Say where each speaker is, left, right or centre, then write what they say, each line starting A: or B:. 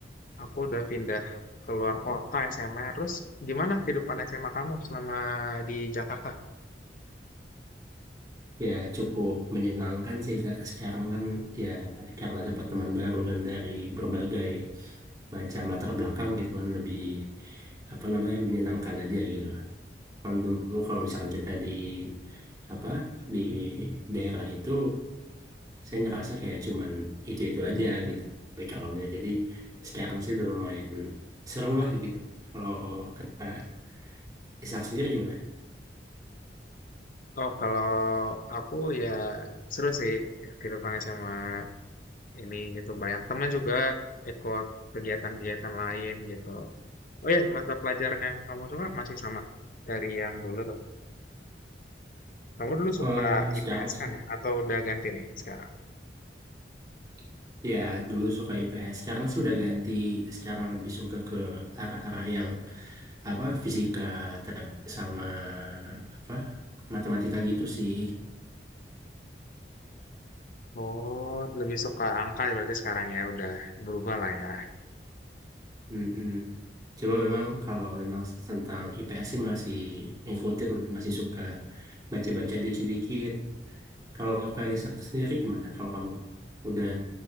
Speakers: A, on the left; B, on the right.
A: aku udah pindah keluar kota SMA. Terus gimana kehidupan SMA kamu selama di Jakarta?
B: Ya, cukup menyenangkan sih, Kak. Sekarang kan ya karena dapat teman baru dan dari berbagai macam latar belakang gitu kan lebih apa namanya menyenangkan aja gitu. Kan dulu kalau misalkan kita di apa di daerah itu saya ngerasa kayak cuman itu-itu aja gitu backgroundnya. Jadi sekarang sih udah lumayan seru lah gitu. Kalau Kak Ishak sendiri gimana?
A: Oh, kalau aku ya seru sih kehidupan SMA. ini gitu. Banyak teman juga ikut kegiatan-kegiatan lain gitu. Oh ya, mata pelajaran yang kamu suka masih sama dari yang dulu tuh. Kamu dulu suka
B: Eh sekarang
A: IPS
B: sih
A: kan ya? Atau udah ganti nih sekarang?
B: <clears throat> ya dulu suka IPS, sekarang sih udah ganti, sekarang lebih suka ke arah-arah yang apa fisika tap- sama apa matematika gitu sih.
A: Oh, lebih suka angka ya berarti sekarang ya udah berubah lah ya.
B: Mm-mm. Cuma memang kalau tentang tentang IPS sih masih ngikutin, masih suka baca-baca dikit-dikit Kalau Kaisak sendiri gimana? Kalau kamu udah